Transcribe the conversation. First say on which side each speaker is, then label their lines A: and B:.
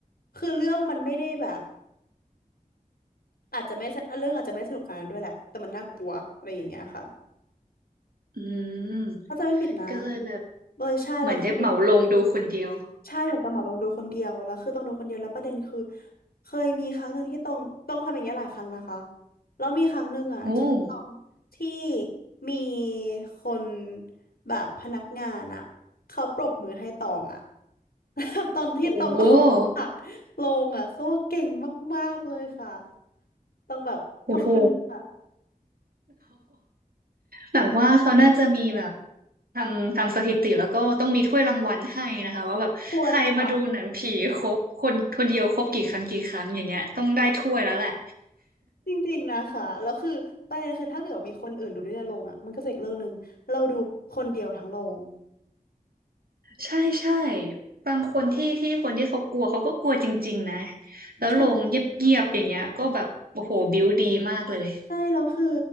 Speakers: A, on the left (about 85°); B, on the right (about 80°).
A: คือเรื่องมันไม่ได้แบบอาจจะไม่เรื่องอาจจะไม่ได้สนุกขนาดนั้นด้วยแหละแต่มันน่ากลัวอะไรอย่างเงี้ยค่ะ
B: อืม
A: ถ้าจะไม่ผิดนะ
B: ก็เลยแบบ
A: เออใช่แล้วคือมี
B: เหมือนได้เหมาลงดูคนเดียว
A: ใช่เหมือนตองเหมาลงดูคนเดียวแล้วคือต้องดูคนเดียวแล้วประเด็นคือเคยมีครั้งหนึ่งที่ต้องต้องทำอย่างเงี้ยหลายครั้งนะคะแล้วมีครั้งหนึ่งอ่ะที่ต้องที่
B: โอ้โห
A: มีคนแบบพนักงานอ่ะเขาปรบมือให้ตองอ่ะ <laughs> ตอนที่ตองออกมาจากโรงอ่ะเขาว่าเก่งมากๆเลยค่ะ
B: โ
A: ต้องแบบขอบคุณค่ะ
B: อ้โหแบบว่าเขาน่าจะมีแบบทำทำสถิติแล้วก็ต้องมีถ้วยรางวัลให้นะคะว่าแบบใครมาดูหนังผีครบคนคนเดียวครบกี่ครั้งกี่ครั้งอย่างเงี้ยต้องได้ถ้วยแล้วแหละ
A: ควรจะจริงๆนะคะแล้วคือประเด็นคือถ้าเกิดว่ามีคนอื่นดูด้วยในโรงอ่ะมันก็จะอีกเรื่องหนึ่งเราดูคนเดียวทั้งโรง
B: ใช่ใช่บางคนที่ที่คนที่เขากลัวเขาก็กลัวจริงๆนะแล้วลงเงียบๆอย่างเงี้ยก็แบบโอ้โหบิวดีมากเลย
A: ใช่ใช่แล้วคือ